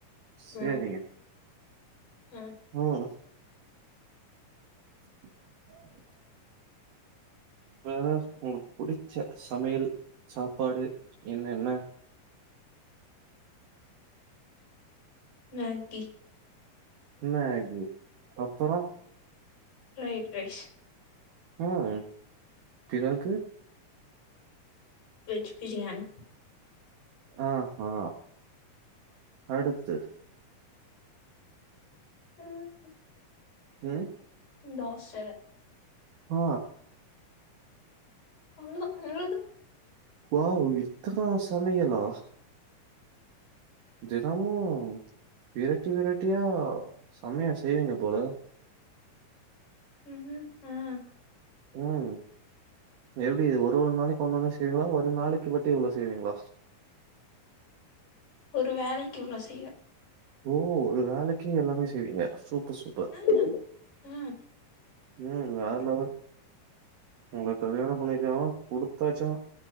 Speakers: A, on the right; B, on the left.
A: சேரிங்க
B: ம் ம்
A: ம் <inaudible> வேற உங்களுக்கு புடிச்ச சமையல் சாப்பாடு என்னென்ன
B: மேக்கி
A: மேகி அப்பறம்
B: ப்ரைட் ரைஸ்
A: ம் திரகு
B: வெஜ் பிரியாண்
A: அ ஹா அடுத்து
B: ஆ <unintelligible>
A: ம்
B: தோச
A: ஆ
B: அவ்ள தா அ
A: வாவ் இத்தனா சமயலா தினமு வெரட்டி வெரட்டியா செமயா செய்வீங்க போல
B: ம் ம் அ
A: உம் எப்டி ஒரு ஒரு நாளைக்கு ஒன் ஒன்னு செய்வீங்களா ஒரு நாளைக்கு மட்டு இவ்ளோ செய்வீங்ளா
B: ஒரு வேளைக்கு இவ்ளோ செய்வ
A: ஓ ஒரு வேளைக்கு எல்லாமே செய்வீங்க சூப்பர் சூப்பர்
B: ஆ, ஆ,
A: உம் வேற லெவல் உங்கள கல்யாண பண்ணிகரவ குடுத்து வெச்சவன்